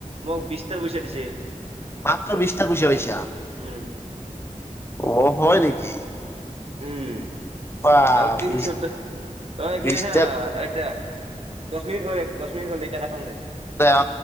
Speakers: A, on the right; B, on the left.
A: মোক বিশটাৰ পইচা দিছে
B: মাত্ৰ বিচটা পইচা পাইছা।
A: উম
B: অ হয় নেকি!
A: উম
B: বা
A: তা তিনচো
B: বিশ
A: দ, অ এক
B: বিশটাত
A: মিনিট হা আইটডা দচ মিনিট হ'ল দচ মিনিত হ'ল এতিয়া কাটংদে
B: এয়া